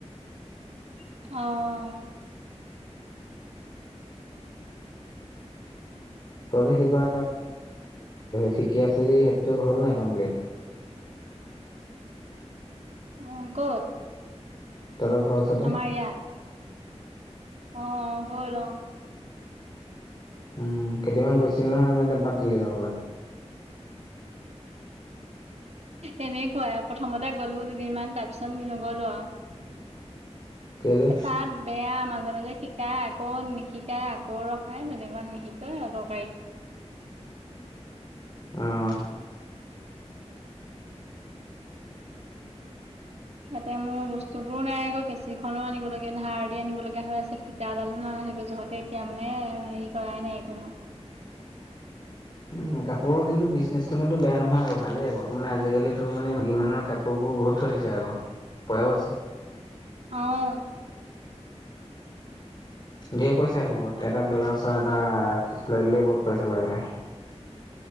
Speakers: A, on the right; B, on the left.
A: অ', <inaudible>
B: তই যে কিবা শিকি আছিলি সেইটো হ'ল নে নাই কমপ্লিট?
A: অ', ক'ত,
B: তাৰা ঘৰ আছে দে
A: আমাৰ ইয়াত অ', হ'ল অ'
B: উম কেইদিনামান গৈছিল নহয় নে বাদ দিলি যাবলৈ।
A: এনেকুৱাই আৰু প্ৰথমতে গলো দুদিন মান তাৰ পিছত নগলো আৰু
B: কেলে
A: তাত বেয়া মাজে মাজে শিকাই আকৌ নিশিকাই আকৌ ৰ নাই তেনেকুৱা নিশিকায় অদৰকাৰী।
B: আহ',
A: ইয়াতে মোৰ বস্তু বোৰো নাই, আকৌ কেঁচিখনো আনিব লগে, ধাৰ দি আনিব লগা হৈ আছে ফিতাডালো নাই। সেইটো জহতে এতিয়া মানে হেৰি কৰাই নাই একো মই।
B: উম, কাপোৰৰ কিন্তু বিজনেছটো কিন্তু বেয়া নহয় আকৌ ভালেই আকৌ মানে আজিকালিতো মানে মাইকী মানুহৰ কাপোৰবোৰ মোৰ বহুত চলিছে আকৌ পঢ়াবাচো
A: অহ।
B: ধেৰ পইচা আহিব, এটা ব্লাউজ এটা চিলাই দিলে বহুত পইচা পাই যায়।